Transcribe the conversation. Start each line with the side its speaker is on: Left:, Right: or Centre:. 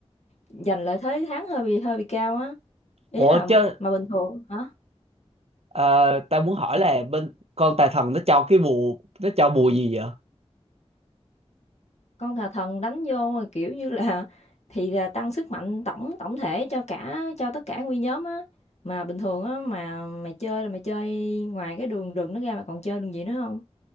Left: giành lợi thế thắng hơi bị hơi bị cao á ý
Right: Ủa
Left: là
Right: chứ
Left: mà bình thường hả
Right: ờ, tao muốn hỏi là bên con tà thần nó cho cái bùa nó cho bùa gì vậy?
Left: con tà thần đánh vô mà kiểu như là <laughs> thì là tăng sức mạnh tổng tổng thể cho cả cho tất cả nguyên nhóm á mà bình thường á mà mày chơi là mày chơi ngoài cái đường rừng nó ra mà còn chơi đường gì nữa không